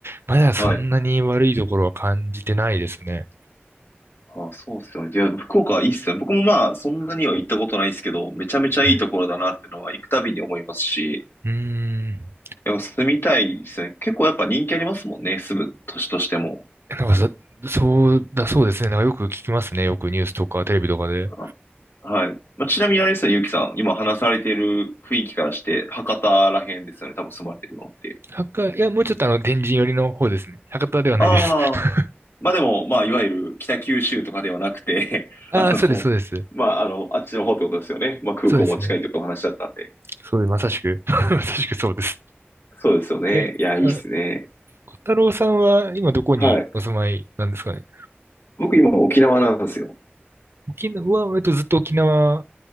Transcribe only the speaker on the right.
まだそんなに悪いところは感じてないですね。
はいうーん。
なんかそ、そうだ、そうですね。なんかよく聞きますね。よくニュースとかテレビとかで。
博多、いや、もうちょっとあの、天神寄りの方ですね。博多ではないです。
<laughs>
ああ、
そうです、そうです。
そうですね。そうです。まさしく。<laughs> まさしくそうです。
え、
あ小太郎さんは今どこにお住まいなんですかね。
沖縄は、えっと、ずっと沖縄